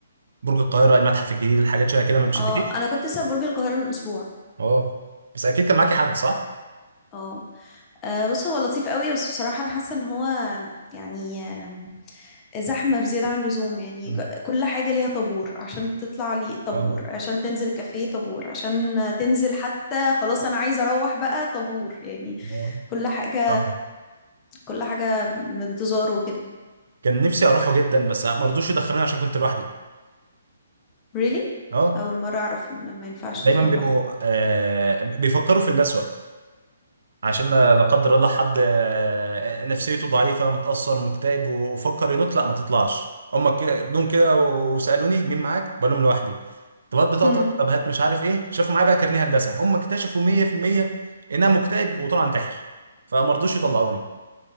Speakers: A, on the right; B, on the left.
A: برج القاهره المتحف الجديد الحاجات شويه كده ما بتشدكيش
B: اه انا كنت لسه في برج القاهره من اسبوع
A: اه بس اكيد كان معاكي حد صح؟
B: اه آه، بص هو لطيف قوي بس بصراحه انا حاسه ان هو يعني آم، زحمه بزياده عن اللزوم يعني
A: مم.
B: ك- كل حاجه ليها طابور عشان تطلع لي طابور
A: اه
B: عشان تنزل كافيه طابور عشان تنزل حتى خلاص انا عايزه اروح بقى طابور يعني
A: اه
B: كل حاجه
A: اه
B: كل حاجة بانتظار وكده
A: كان نفسي اروحه جدا بس ما رضوش يدخلوني عشان كنت لوحدي
B: really
A: اه
B: أول مرة أعرف إن ما ينفعش
A: دايما
B: تدخل
A: بيبقوا
B: لوحدك
A: آه بيفكروا في الأسوأ عشان لا قدر الله حد آه نفسيته ضعيفة متأثر مكتئب وفكر ينط لا ما تطلعش هما كده جم كده وسألوني مين معاك بقول لهم لوحدي طب هات بطاقتك
B: مم.
A: طب هات مش عارف ايه شافوا معايا بقى كارنيه هندسة هما اكتشفوا 100% انها مكتئب وطلع انتحر فما رضوش يطلعوني